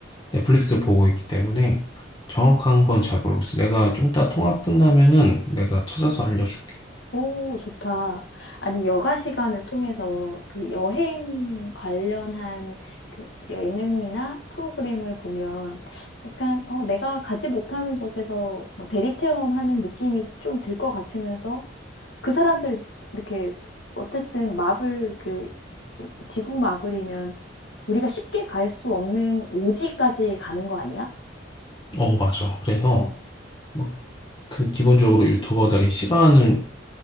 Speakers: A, on the left; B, on the left.
A: 넷플릭스 보고 있기 때문에 정확한 건 잘 모르겠어. 내가 좀 이따 통화 끝나면은 내가 찾아서 알려줄게.
B: 오 좋다. 아니 여가 시간을 통해서 그 여행 관련한 그 예능이나 프로그램을 보면 약간 어 내가 가지 못하는 곳에서 뭐 대리 체험하는 느낌이 좀 들 것 같으면서 그 사람들 이렇게 어쨌든 마블 그 지구 마블이면 우리가 쉽게 갈 수 없는 오지까지 가는 거 아니야?
A: 어, 맞아. 그래서
B: 어.
A: 막 그 기본적으로 유튜버들이 싫어하는